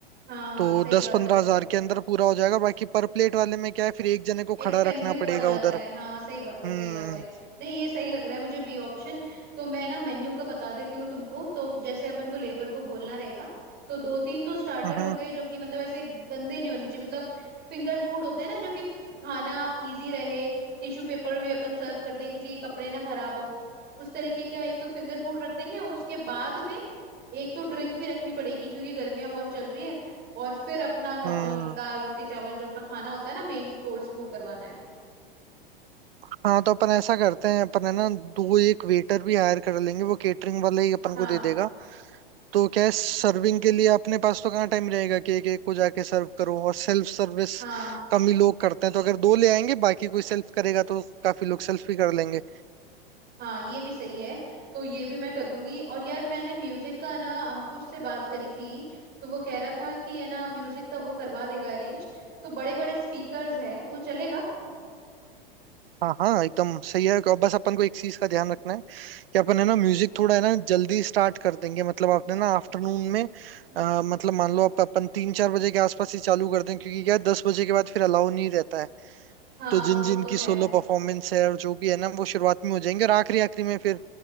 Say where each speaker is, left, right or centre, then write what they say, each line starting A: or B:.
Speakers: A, on the right; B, on the right.
A: हाँ हाँ
B: तो
A: सही
B: दस
A: बात
B: पंद्रह
A: है
B: हजार के अंदर पूरा हो जाएगा बाकी पर प्लेट वाले में क्या है फिर एक जने को
A: एक्सपेंसिव
B: खड़ा रखना पड़ेगा
A: पड़ जाता
B: उधर
A: है हाँ सही बात
B: हम्म
A: है सही बात है नहीं ये सही लग रहा है मुझे बी ऑप्शन तो मैं ना मेन्यू का बता देती हूँ तुमको तो जैसे अपन को लेबर को बोलना रहेगा तो दो तीन तो स्टार्टर
B: हम्म
A: हो गए जो कि मतलब ऐसे गंदे नहीं होने चाहिए मतलब फिंगर फूड होते हैं ना जो कि खाना इजी रहे टिश्यू पेपर भी अपन सर्व कर दे किसी के कपड़े ना खराब हो उस तरीके का एक तो फिंगर फूड रख देंगे और उसके बाद में एक तो ड्रिंक भी रखनी पड़ेगी क्योंकि गर्मियां बहुत चल रही है और फिर अपना नॉर्मल
B: हम्म
A: दाल रोटी चावल जो अपना खाना होता है ना मेन कोर्स वो करवाना है
B: हाँ तो अपन ऐसा करते हैं अपन है ना दो एक वेटर भी हायर कर लेंगे वो केटरिंग वाला ही अपन
A: हाँ
B: को दे देगा तो क्या है सर्विंग के लिए अपने पास तो कहाँ टाइम रहेगा कि एक एक को जाके सर्व करो और सेल्फ सर्विस
A: हाँ
B: कम ही लोग करते हैं तो अगर दो ले आएंगे बाकी कोई सेल्फ करेगा तो काफी लोग सेल्फ भी कर लेंगे
A: हाँ ये भी सही है तो ये भी मैं कर लूंगी और यार मैंने म्यूजिक का ना अंकुश से बात करी थी तो वो कह रहा था कि है ना म्यूजिक का वो करवा देगा अरेंज तो बड़े बड़े स्पीकर्स है वो चलेगा
B: हाँ हाँ एकदम सही है और बस अपन को एक चीज का ध्यान रखना है
A: हम्म
B: कि अपन है ना म्यूजिक थोड़ा है ना जल्दी स्टार्ट कर देंगे मतलब आपने ना आफ्टरनून में
A: हम्म।
B: अ, मतलब मान लो आप अपन तीन चार बजे के आसपास ही चालू कर दें क्योंकि क्या है, दस बजे के बाद फिर अलाउ नहीं रहता है
A: हाँ
B: तो जिन जिन
A: वो तो
B: की सोलो
A: है
B: परफॉर्मेंस है और जो भी है ना वो शुरुआत में हो जाएंगे और आखिरी आखिरी में फिर